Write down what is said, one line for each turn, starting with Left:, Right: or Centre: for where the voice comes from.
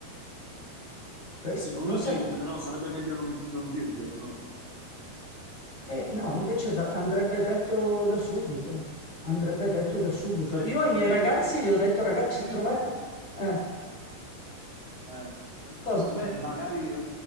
Left: Questo,
Right: sicuramente,
Left: non sai.
Right: però sarebbe meglio non, non dirglielo, no?
Left: Eh, no, invece va- andrebbe detto da subito, andrebbe detto da subito.
Right: Cioè,
Left: Io
Right: non
Left: ai miei
Right: dirle,
Left: ragazzi gli ho detto,
Right: no-
Left: ragazzi,
Right: non dirle
Left: trovate... eh,
Right: Eh,
Left: cosa?
Right: beh, magari eh,